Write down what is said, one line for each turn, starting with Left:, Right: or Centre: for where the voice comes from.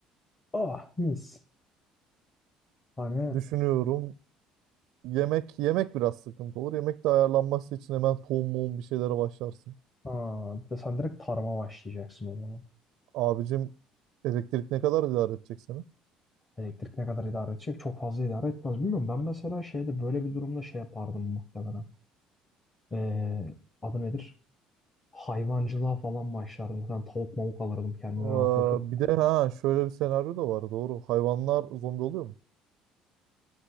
Left: Ah mis. Hani
Right: Düşünüyorum. Yemek yemek biraz sıkıntı olur. Yemek de ayarlanması için hemen tohum muhum bir şeylere başlarsın.
Left: aa, de sen direkt tarıma başlayacaksın o zaman.
Right: Abicim elektrik ne kadar idare edecek seni?
Left: Elektrik ne kadar idare edecek? Çok fazla idare etmez. Bilmiyorum. Ben mesela şeyde böyle bir durumda şey yapardım muhtemelen. Ee, adı nedir? Hayvancılığa falan başlardım. Falan tavuk mavuk alırdım kendime
Right: Aa,
Left: hemen koşup.
Right: bir de ha şöyle bir senaryo da var doğru. Hayvanlar zombi oluyor mu?